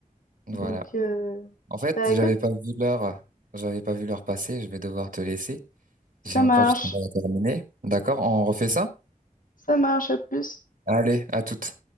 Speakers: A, on the right; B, on the left.
A: Voilà.
B: Donc, euh,
A: En fait,
B: bah
A: j'avais
B: écoute,
A: pas vu l'heure, j'avais pas vu l'heure passer, je vais devoir te laisser.
B: ça
A: J'ai encore
B: marche.
A: du travail à terminer. D'accord, on refait ça?
B: ça marche. À plus.
A: Allez, à toutes.